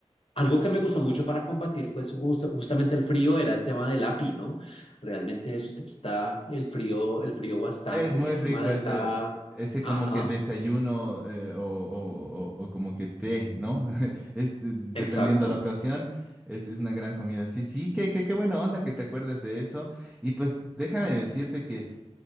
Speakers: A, on the left (about 55°); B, in the centre.
A: algo que me gustó mucho para combatir fue pues, justamente el frío, era el tema del api, ¿no? Realmente eso te quita el frío, el frío bastante,
B: Es muy
A: este
B: rico
A: tema de
B: ese,
A: esta...
B: ese
A: Ajá,
B: como que desayuno eh, o, o- o- o como que té, ¿no? <laughs> Es eh, dependiendo
A: exacto.
B: de la ocasión, es, es una gran comida. Sí, sí, qué, qué, qué buena onda que te acuerdes de eso. Y pues déjame decirte que